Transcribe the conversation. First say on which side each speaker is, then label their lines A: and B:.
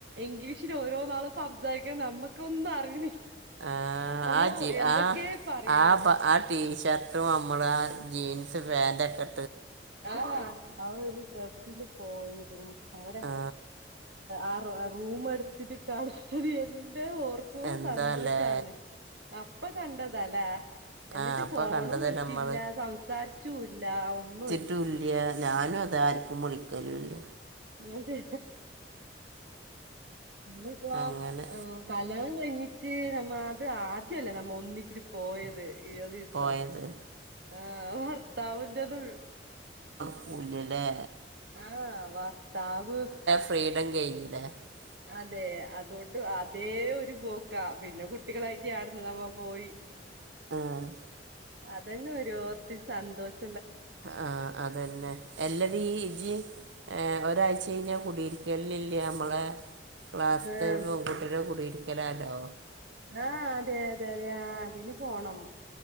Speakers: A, on the right; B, on the right.
A: ഇംഗ്ലീഷ് ഓരോ നാളും സംസാരിക്കാൻ നമ്മുക്ക ഒന്നും അറിയില്ല
B: <unintelligible>
A: അമ്മോ എന്തൊക്കെ പറയോ
B: ഷർട്ടും നമ്മള ജീൻസ് പാൻറ്റ്ക്കെ
A: <unintelligible> പോയതും അവിടെ
B: ആ
A: ആഹ് ആ റൂം എടുത്തിട്ട് കളിച്ചതും എൻ തേ ഓർക്കുമ്പോ
B: എന്താല്ലേ
A: സന്തോഷാണ് അപ്പ കണ്ട തലേ എന്നിട്ട്
B: ആ അപ്പം
A: ഫോണും
B: കണ്ടത്
A: വിളിച്ചില്ല
B: നമ്മൾ
A: സംസാരിച്ചൂല്ല ഒന്നൂ
B: ട്ടൂല്യ ഞാനും അതാ ആര്ക്കും വിളിക്കലൂ ല്ല്യ
A: അതെ ഇനിപ്പോ
B: അങ്ങനെ
A: ഏഹ് കല്യാണം കഴി ഞ്ഞിട്ട് നമ്മ അത് ആദ്യല്ലേ നമ്മ ഒന്നിച്ച് ര് പോയത്. ഇയൊറീസം.
B: പോയത്
A: ആഹ് വർത്താവ്ന്റെ ത്
B: ക്കൂല്ലല്ലേ
A: ആഹ് വർത്താവ്
B: ഫ്രീഡം <unintelligible>
A: അതെ അകൊണ്ട് അതേ ഒരു പോക്കാ പിന്നെ കുട്ടികളായിട്ട് ആട്ന്ന് നമ്മ പോയി
B: ആ
A: അതെന്നൊരോർത്ത് സന്തോഷ
B: ആഹ് അതെന്നെ എല്ലടീ ഇജ് ഏഹ് ഒരാഴ്ചയ്ഞ്ഞാ കുടിര്ക്കലിന് ഇ ല്ലേ അമ്മളെ ക്ലാസ്‌ത്തെ
A: ആഹ്
B: പെൺകുട്ടിൻ്റെ കുടി ര്ക്കലല്ലോ
A: ആഹ് അതെ യതെ യതെ ആഹ് അതിന് പോണം.